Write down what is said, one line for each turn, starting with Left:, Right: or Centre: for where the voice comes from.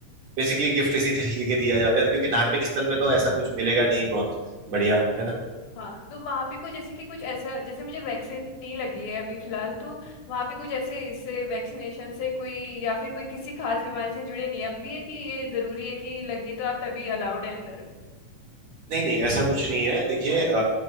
Right: बेसिकली गिफ्ट इसी तरीके के दिया जाता है क्योंकि धार्मिक स्थल में तो ऐसा कुछ मिलेगा नहीं बहुत बढ़िया है ना
Left: हाँ तो वहाँ पे कुछ जैसे कि कुछ ऐसा जैसे मुझे वैक्सीन नहीं लगी है अभी फिलहाल तो वहाँ पे कुछ ऐसे इससे वैक्सीनेशन से कोई या फिर कोई किसी खास बीमारी से जुड़े नियम भी है कि ये जरूरी है कि लगी तो आप तभी अलाउड है अंदर
Right: नहीं नहीं ऐसा कुछ नहीं है देखिए
Left: हाँ
Right: अ,